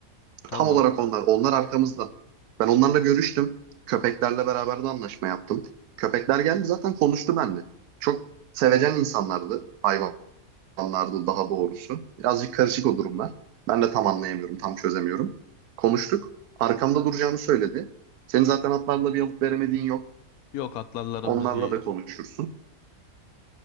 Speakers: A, on the left (about 75°); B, on the right (about 85°).
A: Tamam.
B: Tam olarak onlar. Onlar arkamızda. Ben onlarla görüştüm. Köpeklerle beraber de anlaşma yaptım. Köpekler geldi zaten konuştu benimle. Çok sevecen insanlardı hayvan anlardı daha doğrusu. Birazcık karışık o durumlar. Ben de tam anlayamıyorum, tam çözemiyorum. Konuştuk. Arkamda duracağını söyledi. Senin zaten atlarla bir alıp veremediğin yok.
A: Yok atlarlarımız
B: Onlarla
A: iyi.
B: da konuşursun.